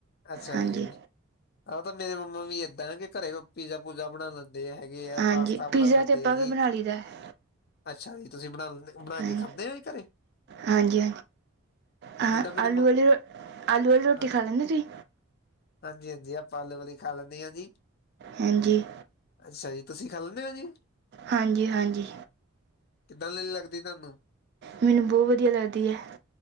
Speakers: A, on the left; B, on the right.
A: ਅੱਛਾ
B: ਹਾਂਜੀ
A: ਜੀ। ਆਹ ਤਾਂ ਮੇਰੇ ਮੰਮਾ ਵੀ ਇਦਾਂ ਕਿ ਘਰੇ ਕੋਈ ਪੀਜ਼ਾ ਪੂਜਾ ਬਣਾ ਲੈਂਦੇ। ਦੇ ਹੈਗੇ ਆ
B: ਹਾਂਜੀ
A: ਪਾਸਤਾ ਬਣਾ
B: ਪੀਜ਼ਾ
A: ਦਿੰਦੇ
B: ਤੇ ਆਪਾਂ
A: ਆ ਜੀ।
B: ਵੀ ਬਣਾ ਲਈਦਾ ਹੈ।
A: ਅੱਛਾ ਜੀ, ਤੁਸੀਂ ਬਣਾ ਲੈਂਦੇ ਬਣਾ
B: ਹਾਂਜੀ
A: ਕੇ ਖਾਂਦੇ ਹੋ ਜੀ ਘਰੇ?
B: ਹਾਂਜੀ, ਹਾਂਜੀ ਹਾਂ
A: ਜਿੱਦਾਂ ਮੇਰੇ
B: ਆਲੂ
A: ਮੰਮ
B: ਵਾਲੀ ਆਲੂ ਵਾਲੀ ਰੋਟੀ
A: ਹਾਂ-
B: ਖਾ ਲੈਂਦੇ ਤੁਸੀਂ?
A: ਹਾਂਜੀ, ਹਾਂਜੀ ਆਪਾ ਆਲੂ ਵਾਲੀ ਖਾ ਲੈਂਦੇ ਹਾਂ ਜੀ।
B: ਹਾਂਜੀ
A: ਅੱਛਾ ਜੀ, ਤੁਸੀਂ ਖਾ ਲੈਂਦੇ ਹੋ ਜੀ?
B: ਹਾਂਜੀ ਹਾਂਜੀ।
A: ਕਿੱਦਾਂ ਦੀ ਲੱਗਦੀ ਤੁਹਾਨੂੰ?
B: ਮੈਨੂੰ ਬਹੁਤ ਵਧੀਆ ਲੱਗਦੀ ਹੈ।